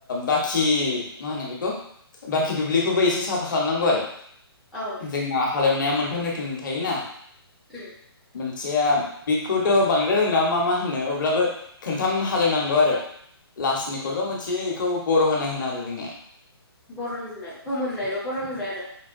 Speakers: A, on the left; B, in the centre.
A: बाखि मा होनो बेखौ बाखि दुब्लिखौबो एसे साफा खालामनांगौ आरो
B: औ
A: जोंना हालेवनाया मोनथाम रोखोमनि थायोना
B: उम
A: मोनसेया बिगखौथ' बांद्राय रोंला मा मा होननो अब्लाबो खोनथाम हालेवनांगौ आरो लास्निखौल' मोनथियो बेखौ बर' होनाय होनो आरो जोङो
B: बर'ननाय फोमोननाय बा बर'ननाय आरो